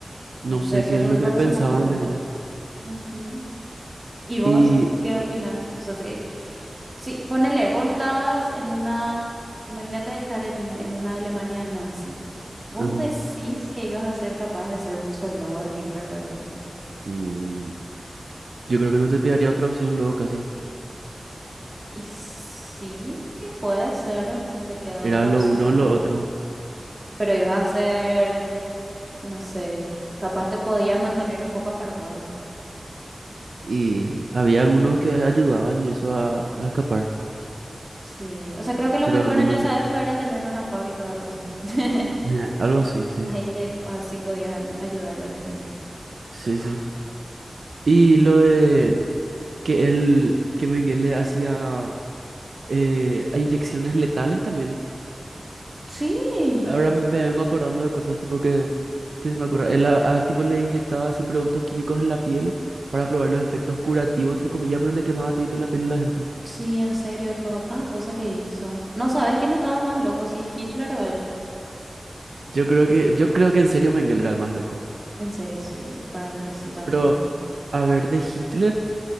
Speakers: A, on the right; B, on the right.
A: No
B: No sé,
A: sé
B: eso
A: qué
B: es
A: es
B: lo
A: lo
B: único
A: que
B: que
A: pensaban
B: se me ocurre.
A: de ellos.
B: Ujú. ¿Y vos
A: Y
B: qué opinas? O sea, sí, Sí, ponele, vos estabas en una, imagínate estar en, en una Alemania nazi. ¿Vos
A: ajá.
B: decís que ibas a ser capaz de ser un soldado de Hitler, por ejemplo?
A: Mm, yo creo que no te quedaría otra opción luego casi.
B: Y sí, puede ser, no te queda
A: Era
B: otra
A: lo
B: opción.
A: uno o lo otro.
B: Pero ibas a ser, no sé, capaz te podías mantener un poco apartado.
A: Y había algunos que ayudaban y eso a, a escapar.
B: Sí, o sea, creo que lo
A: Pero
B: mejor
A: algunos,
B: en esa época era tener una fábrica o algo así. <laughs>
A: ajá, algo así, sí.
B: Ahí le, así podías ayudarle a la gente.
A: Sí, sí. Y lo de que él, que Mengele hacía eh, inyecciones letales también.
B: Sí,
A: Ahora me me vengo acordando de cosas tipo que, que se me ocurre. Él a- al tipo le inyectaba así productos químicos en la piel para probar los efectos curativos, entre comillas, pero le quemaba todito la piel a la gente.
B: Sí, en serio, todo, cada cosa que hizo. ¿No sabes quién estaba más loco, si Hitler o él?
A: Yo creo que, yo creo que en serio Mengele era el más loco.
B: En serio, sí, para mí que sí también.
A: Pero, a ver, de Hitler,